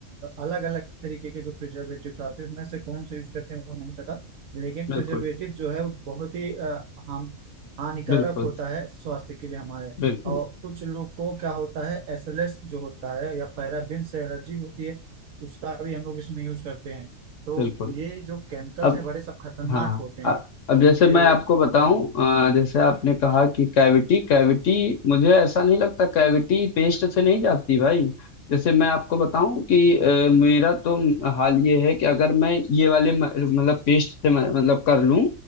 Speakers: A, on the right; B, on the left.
A: अलग अलग तरीके के जो प्रिजर्वेटिव्स आते हैं उसमें से कौन से यूज करते हैं वो नहीं पता लेकिन
B: बिल्कुल
A: प्रिजर्वेटिव जो है वो बहुत ही अ, हार्म हानिकारक
B: बिल्कुल
A: होता है स्वास्थ्य के लिए हमारे
B: बिल्कुल
A: और कुछ लोग को क्या होता है एसएलएस जो होता है या पैराबिन एलर्जी होती है उसका भी हम लोग इसमें यूज करते हैं तो
B: बिल्कुल
A: ये जो केमिकल्स
B: अब
A: हैं बड़े सब खतरनाक
B: हाँ
A: होते हैं
B: अ- अब
A: तो
B: जैसे
A: ये
B: मैं आपको
A: हम्म,
B: बताऊं अ, जैसे आपने कहा कि कैविटी कैविटी मुझे ऐसा नहीं लगता कैविटी पेस्ट से नहीं जाती भाई जैसे मैं आपको बताऊं कि अ, मेरा तो हाल ये है कि अगर मैं ये वाले म- मतलब पेस्ट से म- मतलब कर लूं